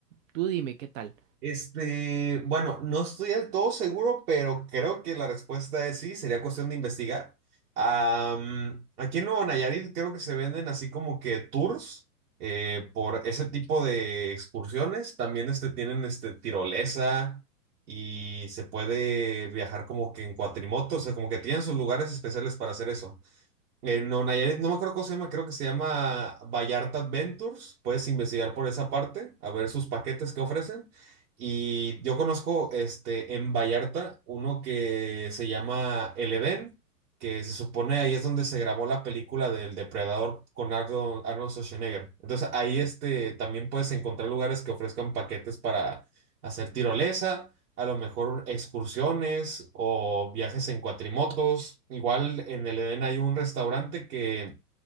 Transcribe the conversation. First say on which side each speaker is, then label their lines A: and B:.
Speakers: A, on the right; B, on the right.
A: Tú dime, ¿qué tal?
B: Este, bueno, no estoy del todo seguro, pero creo que la respuesta es sí, sería cuestión de investigar. Am, aquí en Nuevo Nayarit creo que se venden así como que tours eh, por ese tipo de excursiones. También este, tienen este, tirolesa y se puede viajar como que en cuatrimoto, o sea, como que tienen sus lugares especiales para hacer eso. Eh, no, Nayarit, no me acuerdo cómo se llama, creo que se llama Vallarta Adventures. Puedes investigar por esa parte, a ver sus paquetes que ofrecen. Y yo conozco este, en Vallarta uno que se llama El Edén, que se supone ahí es donde se grabó la película del Depredador con Ardo- Arnold Schwarzenegger. Entonces ahí este, también puedes encontrar lugares que ofrezcan paquetes para hacer tirolesa a lo mejor excursiones o viajes en cuatrimotos. Igual en el Edén hay un restaurante que